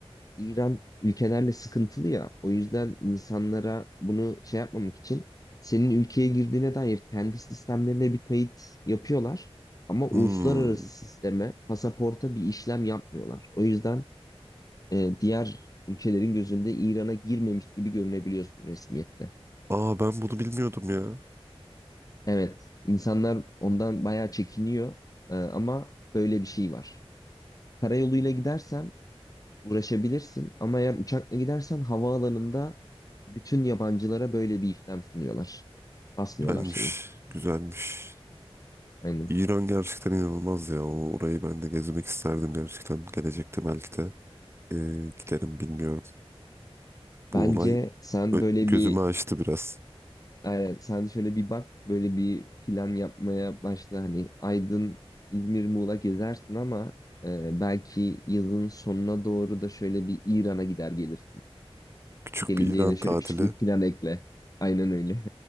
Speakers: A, on the left; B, on the right.
A: İran ülkelerle sıkıntılı ya. O yüzden insanlara bunu şey yapmamak için senin ülkeye girdiğine dair kendi sistemlerine bir kayıt yapıyorlar. Ama uluslararası
B: hmm.
A: sisteme, pasaporta bir işlem yapmıyorlar. O yüzden e, diğer ülkelerin gözünde İran'a girmemiş gibi görünebiliyorsun resmiyette.
B: Aa ben bunu bilmiyordum ya.
A: Evet, insanlar ondan bayağı çekiniyor E, ama böyle bir şey var. Karayoluyla gidersen uğraşabilirsin ama eğer uçakla gidersen havaalanında bütün yabancılara böyle bir işlem sunuyorlar. Basmıyorlar
B: Güzelmiş,
A: şeyi.
B: güzelmiş.
A: Aynen.
B: İran gerçekten inanılmaz ya. O, orayı ben de gezmek isterdim gerçekten. Gelecekte belki de e, giderim bilmiyorum. Bu
A: Bence
B: olay
A: sen
B: Ö-
A: böyle
B: Gözümü
A: bir
B: açtı biraz.
A: aynen, sen şöyle bir bak böyle bir plan yapmaya başla hani Aydın, İzmir, Muğla gezersin ama e, belki yazın sonuna doğru da şöyle bir İran'a gider gelirsin.
B: Küçük
A: Geleceğine
B: bir İran
A: şöyle
B: tatili.
A: küçük bir plan ekle. Aynen öyle.